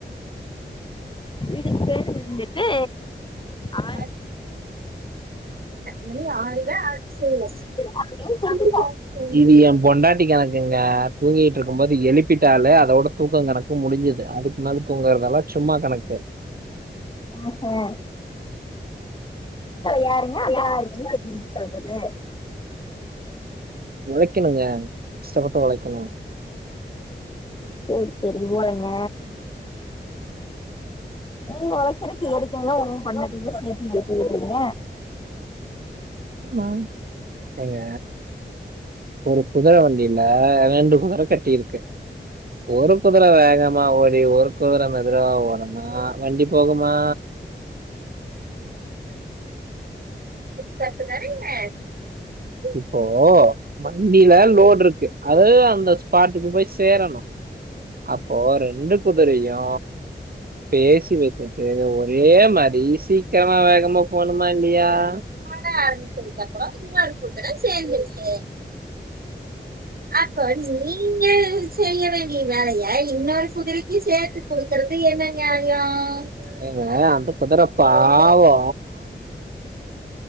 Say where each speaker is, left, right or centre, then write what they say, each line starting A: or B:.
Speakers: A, on the left; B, on the right.
A: இதுக்கு பேர் வந்துட்டு ட்டு ஆ
B: <inaudible> மணி ஆறு தா ஆச்சுங்க
A: அப்படின்னு சொல்லிட்டு
B: <inaudible> இது ஏ பொண்டாட்டி கணக்குங்க தூங்கிட்டு இருக்கும் போது எழுப்பிட்டாலே அதோட தூக்கொங் கணக் கு முடிஞ்சது அதுக்கு மேல தூங்கறதெல்லா சும்மா கணக்கு
A: அஹ்ஹா யாருங்க <inaudible> சொல்றது
B: ஒழக்கெணுங்க கஷ்டப்பட்டு ஒழக்கெணு
A: செரி செரி ஓரேங்க நீங்க உ கெணக்கி எதுக்குங்க ஒன்னு பண்ணட்டீ சேப்பி ஏத்து விடுறீங்க
B: நாங் ஏங்க ஒரு குதுர வண்டில ரெண்டு குதுர கட்டிருக்கு ஒரு குதுர வேகமா ஓடி ஒரு குதுர மெதுரா ஓட்ன மா ஆ வண்டி போகுமா கர்ட்டுதானிங்க இப்போ வண்டியில லோடுருக்கு அது அந்த ஸ்பாட்டுக்கு போய் சேரணு அப்போ ரெண்டு குதுரயு பேசி வெச்சுட்டு ஒரே மா டெய் சி சீக்கரமா வேகமா போனுமா இல்லியா <inaudible> இன்னோரு குதுர சேந்துருச்சு அப்ப நீங்க செய்ய வேண்டிய வேலய இன்னொரு குதிரெக்கி சேத்து குடுக்கறது என்ன நியாயோ ஏங்க அந்த குதிர பாவோ